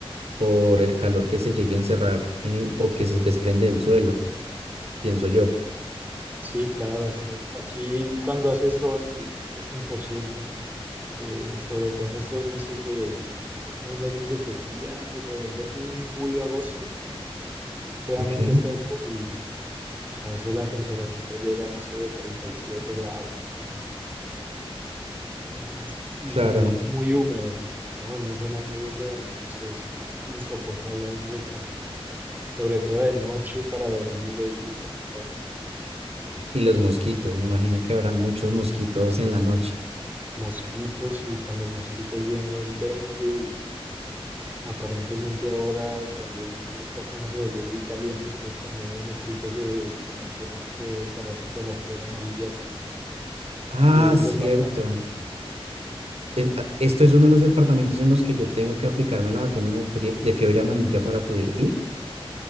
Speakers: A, on the right (about 85°); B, on the right (about 15°).
A: por el calor que se llegue a encerrar eh, o que se desprende del suelo, pienso yo.
B: Sí, claro, o sea, aquí cuando hace sol es imposible. eh, sobre todo en estos meses de, hay unos meses de sequía, alrededor de junio, julio, agosto, supremamente
A: Ok,
B: seco y a veces la temperatura llega, no sé, 37 grados más o menos. Es- y
A: claro.
B: también es muy húmedo, estamos en una zona muy húmeda, entonces es insoportable a veces el calor. Sobre todo de noche para dormir es muy complicado.
A: Y los mosquitos, me imagino que habrán muchos mosquitos en la noche.
B: Mosquitos y con los mosquitos viene el dengue Aparentemente ahora también esta zona se volvió muy caliente, entonces también el mosquito que, que mantiene este parásito de la fiebre amarilla también
A: Ah,
B: llegó
A: cierto.
B: al departamento.
A: es- a- esto es uno de los departamentos en los que yo tengo que aplicarme la vacuna de, frie- de fiebre amarilla para poder ir.